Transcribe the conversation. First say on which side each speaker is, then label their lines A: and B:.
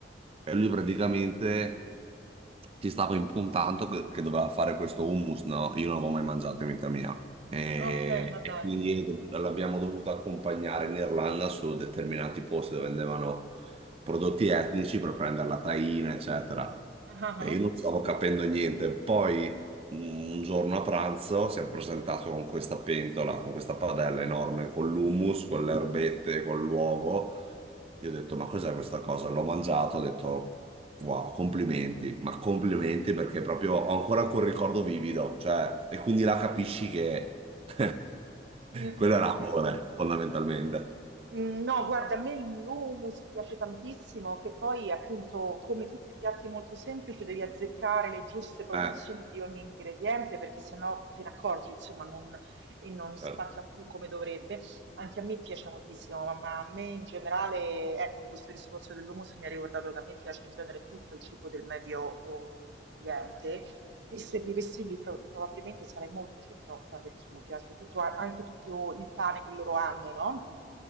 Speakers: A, on the right; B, on the right.
A: e lui praticamente ci stava impuntando che, che doveva fare questo hummus, no? Io non l'avevo mai mangiato in vita mia. E,
B: Ok, ma dai.
A: e quindi
B: Mhm.
A: l'abbiamo dovuto accompagnare in Irlanda su determinati posti dove andavano prodotti etnici per prendere la taina, eccetera.
B: Ah, ah.
A: E
B: ah.
A: io non stavo capendo niente. Poi mm, un giorno a pranzo si è presentato con questa pentola, con questa padella enorme, con l'hummus, con le erbette, con l'uovo. Io ho detto, ma cos'è questa cosa? L'ho mangiato, ho detto, wow, complimenti, ma complimenti perché proprio ho ancora quel ricordo vivido, cioè, e quindi là capisci che <laughs>
B: Mm,
A: quello
B: mm,
A: era
B: mm,
A: amore,
B: mm, mm.
A: fondamentalmente.
B: Mm, No, guarda, a me l'hummus piace tantissimo, che poi appunto come tutti i piatti molto semplici devi azzeccare le giuste proporzioni
A: Eh,
B: di ogni ingrediente perché sennò te ne accorgi, insomma, non, e non
A: certo.
B: spacca più come dovrebbe. Anche a me piace moltissimo, ma, ma a me in generale, ecco, questo discorso dell'hummus mi ha ricordato che a me piace in genere tutto il cibo del Medio Oriente e se vivessi lì pro- probabilmente sarei molto cicciotta perché mi piace tutto, a- anche tutto il pane che loro hanno, no?